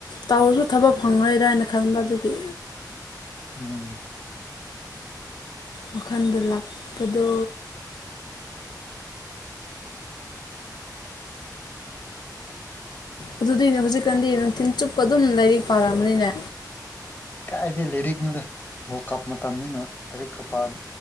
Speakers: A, on the left; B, on the left.
A: ꯇꯥꯎꯔꯁꯨ ꯊꯕꯛ ꯐꯪꯉꯔꯣꯏꯗ꯭ꯔꯥꯅ ꯈꯟꯕ ꯑꯗꯨꯗꯒꯤ
B: ꯎꯝ
A: ꯋꯥꯈꯜꯗ ꯂꯥꯛꯄꯗꯣ ꯑꯗꯨꯗꯤꯅꯦ ꯍꯧꯖꯤꯛꯀꯥꯟꯗꯤ ꯅꯨꯡꯊꯤꯜ ꯆꯨꯞꯄ ꯑꯗꯨꯝ ꯂꯥꯏꯔꯤꯛ ꯄꯥꯔꯝꯕꯅꯤꯅꯦ
B: ꯀꯥꯏꯗꯦ ꯂꯔꯤꯛꯅꯣꯗ ꯍ ꯀꯞ ꯃꯇꯝꯅꯤꯅ ꯔꯤꯛ ꯀ ꯄꯗꯤ